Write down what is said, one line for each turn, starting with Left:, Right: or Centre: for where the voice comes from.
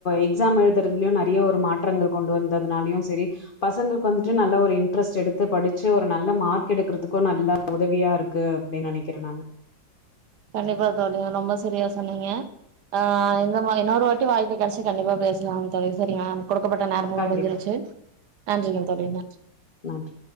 Left: எக்ஸாம் எழுதுறதுலியு நெறைய ஒரு மாற்றங்கள் கொண்டு வந்ததுனாலயு செரி பசங்களுக்கு வந்துட்டு நல்ல ஒரு இன் ட்ரெஸ்ட் எடுத்து படிச்சு ஒரு நல்ல மார்க் எடுக்குறதுக்கு நல்ல உதவியா இருக்கு அப்படின் நெனைக்கிற நானு
Right: கண்டிப்பா தோழி ரொம்ப சரியா சொன்னீங்க ஆ இந்த மாதிரி இன்னொரு வாட்டி வாய்ப்பு கிடைச்சா கண்டிப்பா பேசலாம தோழி சரியா கொடுக்கப்பட்ட நேரமு
Left: கண்டிப்பா
Right: முடிஞ்சிருச்சு நன்றிகள் தோழி நன்றி
Left: நன்றி